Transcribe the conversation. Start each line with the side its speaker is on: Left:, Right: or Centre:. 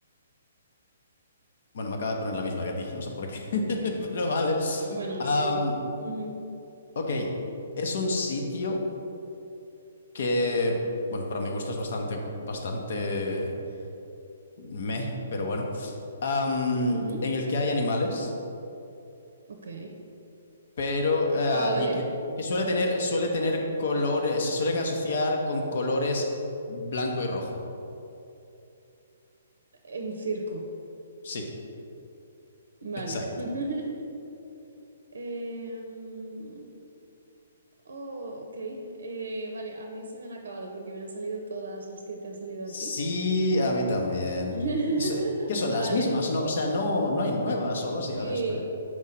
Left: Bueno, me acaba de poner la misma que a ti, <laughs> no sé por qué, <laughs> pero vale.
Right: Ah, bueno,
Left: Am,
Right: sí. Ujú,
Left: ok, es un sitio que, bueno, para mi gusto es bastante, bastante meh, pero bueno. Am,
Right: ujú,
Left: en el que hay animales,
Right: Ok.
Left: pero, eh,
Right: Ah, vale,
Left: y que, y que suele tener, suele tener colores, se suelen asociar con colores blanco y rojo.
Right: eh, un circo.
Left: Sí,
Right: Vale.
Left: exacto.
Right: <laughs> Eh, mm, oh, ok. Eh, vale, a mí se me han acabado porque me han salido todas las que te han salido
Left: Sí,
Right: a ti.
Left: a mí también.
Right: <laughs>
Left: Se- ¿Qué son
Right: Vale.
Left: las mismas? No, o sea, no, no hay nuevas o algo así.
Right: Sí.
Left: A ver, espera.